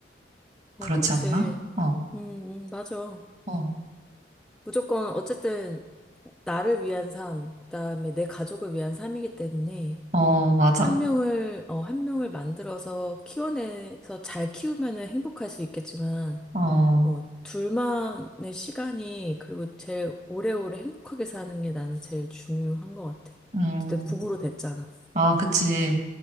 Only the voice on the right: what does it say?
그렇지
않나? 어,
어,
어, 맞아.
어,
음.
아, 그치.